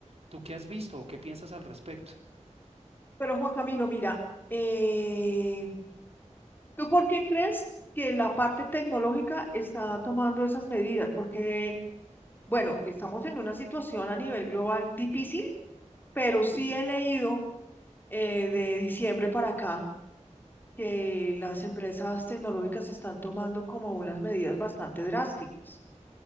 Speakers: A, on the right; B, on the left.
A: ¿Tú qué has visto o qué piensas al respecto?
B: Pero Juan Camilo, mira, eh, ¿tú por qué crees que la parte tecnológica está tomando esas medidas? Porque, bueno, estamos en una situación a nivel global difícil, pero sí he leído eh, de diciembre para acá que las empresas tecnológicas están tomando como unas medidas bastante drásticas.